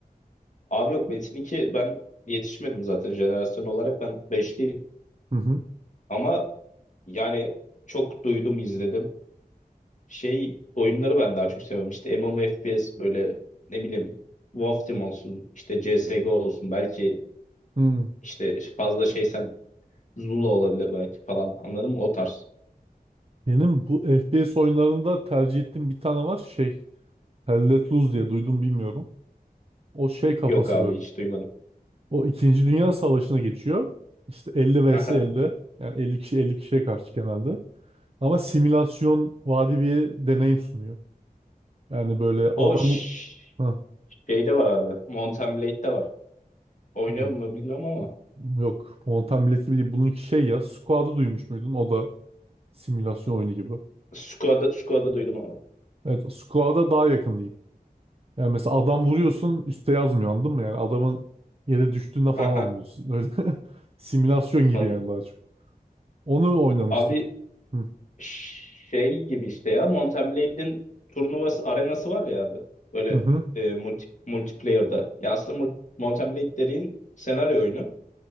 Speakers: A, on the left; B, on the right.
A: abi yok Metin 2 ben yetişmedim zaten jenerasyon olarak ben beşliyim
B: Hı hı.
A: Ama yani çok duydum izledim. Şey oyunları ben daha çok seviyorum. İşte MMO FPS böyle ne bileyim Wolf Team olsun işte CSGO olsun belki
B: Hı.
A: işte fazla şeysen Zula olabilir belki falan anladın mı? O tarz.
B: Benim bu FPS oyunlarında tercih ettiğim bir tane var şey Hell Let Loose diye duydum bilmiyorum. O şey kafası
A: Yok abi
B: böyle.
A: hiç duymadım.
B: O İkinci Dünya Savaşı'na geçiyor. İşte 50
A: Aha.
B: vs 50. Yani 50 kişi 50 kişiye karşı genelde. Ama simülasyon vari bir deneyim sunuyor. Yani böyle adam...
A: O ş-
B: Ha,
A: şeyde var abi. Mountain Blade'de var. Oynuyor
B: Mon-
A: mu bilmiyorum ama.
B: yok. Mountain Blade gibi değil. Bununki şey ya. Squad'ı duymuş muydun? O da simülasyon oyunu gibi.
A: Squad'ı Squad'ı duydum abi.
B: Evet. Squad'a daha yakın diyeyim. Yani mesela adam vuruyorsun üstte yazmıyor anladın mı? Yani adamın yere düştüğünde falan
A: Aha.
B: anlıyorsun. Öyle <laughs> simülasyon gibi
A: Onun-
B: yani daha çok. Onu oynamıştım.
A: Abi
B: Hı
A: şey gibi işte ya Mountain Blade'in turnuvası arenası var ya abi. Böyle
B: hı hı.
A: e, multi, multiplayer'da. Ya aslında mul- Mountain Blade dediğin senaryo oyunu.